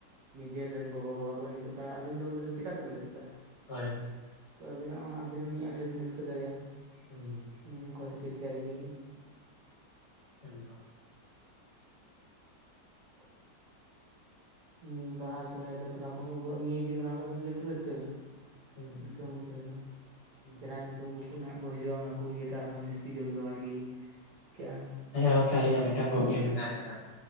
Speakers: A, on the right; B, on the left.
A: ᱱᱤᱡᱮᱨᱮ ᱨᱮᱱ ᱜᱚᱜᱚᱼᱵᱟᱵᱟ ᱠᱚᱱᱮᱡᱚᱜ ᱠᱷᱟᱡ ᱟᱵᱤᱱ ᱫᱚ ᱚᱸᱰᱮ ᱫᱚ ᱪᱤᱠᱟᱹ ᱛᱮᱵᱮᱱ ᱨᱟᱹᱥᱠᱟᱹᱜᱼᱟ᱾
B: ᱦᱳᱭ
A: ᱛᱚ ᱟᱵᱮᱱᱟᱜ ᱦᱚᱸ ᱟᱵᱮᱱ ᱦᱚᱸ ᱢᱤᱫ ᱟᱴᱮ ᱨᱮᱵᱮᱱ ᱨᱟᱹᱥᱠᱟᱹ ᱫᱟᱲᱮᱭᱟᱜᱼᱟ᱾
B: ᱦᱩᱸ
A: ᱩᱸ ᱚᱱᱮ ᱚᱱᱠᱟ ᱠᱷᱟᱹᱛᱤᱨ ᱛᱮ ᱟᱨᱠᱤ᱾
B: ᱮᱠ ᱫᱚᱢ
A: <inaudible> ᱱᱤᱭᱟᱹ ᱵᱟᱦᱟ ᱥᱚᱨᱦᱟᱭ ᱫᱚ ᱫᱷᱚᱨᱟ ᱠᱚᱢ ᱟᱵᱚᱣᱟᱜ ᱱᱤᱭᱟᱹᱟᱹᱜᱮ ᱫᱷᱟᱨᱟ ᱵᱤᱱ ᱞᱟᱹᱴᱩ ᱨᱟᱹᱥᱠᱟᱹ ᱠᱟᱱᱟ᱾
B: ᱦᱩᱸ
A: ᱨᱟᱹᱥᱠᱟᱹ ᱢᱩᱫᱷᱮ ᱨᱮᱫᱚ
B: ᱦᱩᱸ
A: ᱯᱮᱲᱟ ᱠᱩᱴᱩᱢ ᱠᱚᱠᱩ ᱱᱟᱦᱟᱜ ᱠᱚ ᱦᱤᱡᱩᱜᱼᱟ ᱚᱱᱟ ᱠᱚ ᱤᱭᱟᱹ ᱟᱨᱦᱚᱸ ᱡᱟᱹᱥᱛᱤ ᱡᱚᱢ ᱡᱚᱢᱟᱴ ᱜᱮ ᱟᱹᱭᱠᱟᱹᱜᱼᱟ᱾
B: ᱦᱮᱞᱳ ᱜᱚᱝᱠᱮ ᱟᱞᱤᱧᱟᱜ ᱢᱤᱫᱴᱟᱝ ᱠᱩᱠᱞᱤ ᱢᱮᱱᱟᱜ ᱟᱠᱟᱫᱟ᱾